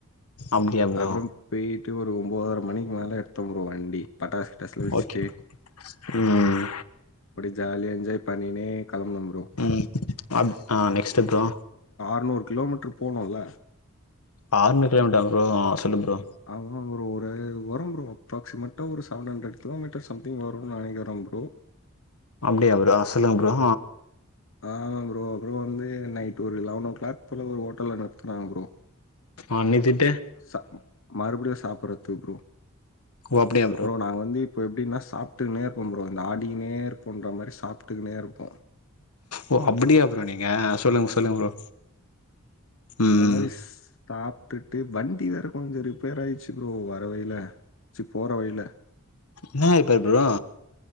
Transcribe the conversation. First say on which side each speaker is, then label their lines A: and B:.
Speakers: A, on the left; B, on the left.
A: அப்டியா ப்ரோ
B: அப்பறம் பே ட்டு ஒரு ஒம்பொதர மணிக்கு மேல எடுத்தன் ப்ரோ வண்டி பட்டாசு கிட்டாசு எல்லா வெச்சுட்டு
A: ஓகே ம்
B: அப்டியே ஜாலியா என்ஜாய் பண்ணினே கெளம்புனோ ப்ரோ
A: ம் அப் ஆ நெக்ஸ்ட் ப்ரோ
B: இன்னோரு கிலோமீட்டர் போனுல
A: ஆனூரு கிலோமீட்டரா ப்ரோ சொல்லு ப்ரோ
B: ஆமா ப்ரோ ஒரு வரும் ப்ரோ அப்ராக்சிமேட்டா ஒரு செவன் ஹண்ரட் கிலோமீட்டர் சம்திங் வருனு நெனைக்கிறேன் ப்ரோ
A: அப்டியா ப்ரோ சொல்லுங்க ப்ரோ
B: ஆமா ப்ரோ அப்றோ வந்து நைட் ஒரு லெவன் ஓ கிளாக் போல ஒரு ஹோட்டல்ல நிறுத்துனாங்க ப்ரோ
A: ஆனிதின்
B: ச மறுபடியு சாப்பிடுறதுக்கு ப்ரோ
A: ஓ அப்டியா
B: ப்ரோ நாங்க வந்து இப்போ எப்டினா சாப்ட்டுக்கு நே இருப்போ ப்ரோ இந்த ஆடிக்கின்னே இருப்போன்ற மாரி சாப்ட்டுக்கு நே இருப்போ
A: ஓ அப்டியா ப்ரோ நீங்க சொல்லுங்க சொல்லுங்க ப்ரோ ம்
B: <unintelligible> சாப்டுட்டு வண்டி வேற கொஞ்சோ ரிப்பேர் ஆய்ருச்சு ப்ரோ வர வழில சீ போற வழில
A: என்ன ரிப்பேர் ப்ரோ